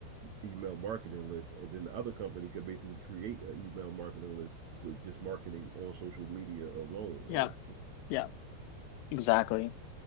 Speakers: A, on the right; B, on the left.
A: email marketing list and then the other company could basically create an email marketing list with just marketing on social media alone.
B: Yeah,
A: Like
B: yeah, exactly.